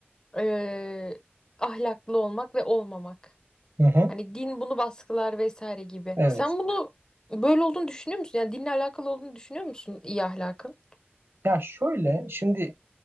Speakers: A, on the left; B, on the right.
A: e, ahlaklı olmak ve olmamak.
B: hı hı.
A: Hani din bunu baskılar vesaire gibi.
B: Evet.
A: Sen bunu böyle olduğunu düşünüyor musun? Yani dinle alakalı olduğunu düşünüyor musun iyi ahlakın?
B: Ya şöyle şimdi